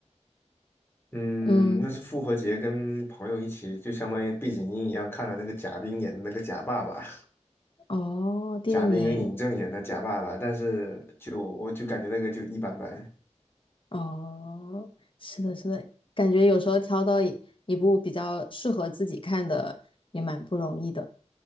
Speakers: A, on the left (about 20°); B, on the left (about 45°).
A: 嗯，
B: 嗯，
A: 那是复活节跟朋友一起，就相当于背景音一样看了那个贾冰演的那个贾爸爸，
B: 哦，
A: <laughs>
B: 电影，
A: 贾冰跟尹正演的贾爸爸，但是就我就感觉那个就一般般。
B: 哦，是的，是的，感觉有时候挑到一一部比较适合自己看的也蛮不容易的。